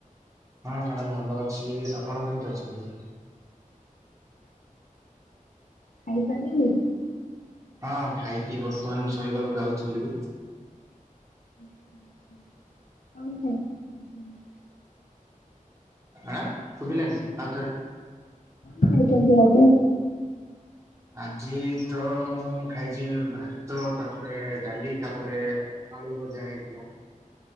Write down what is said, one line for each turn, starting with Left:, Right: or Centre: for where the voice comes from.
Right: ହଁ ମ୍ୟାଡ଼ାମ୍ ଭଲ ଅଛି ଆପଣ କେମିତି ଅଛନ୍ତି?
Left: ଖାଇସାରିଲେଣି?
Right: ହଁ ଖାଇକି ବର୍ତ୍ତମାନ ଶୋଇବାକୁ ଯାଉଥିଲୁ।
Left: <unintelligible>
Right: ଆଁ ଶୁଭିଲାନି ଆଉ ଥରେ।
Left: ଖାଇଚନ୍ତି ଆଜି।
Right: ଆଜି ତ ମୁଁ ଖାଇଛି ଭାତ ତାପରେ ଡାଲି ତାପରେ ଆଳୁ ଭଜା ହେଇଥିଲା